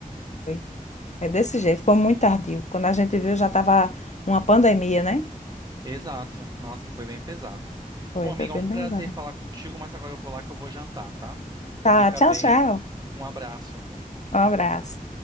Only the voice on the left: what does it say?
foi. É desse jeito, foi muito tardio. Quando a gente viu, já
estava uma pandemia, né?
Foi,
foi bem
pesado.
Tá,
tchau,
tchau.
Um abraço.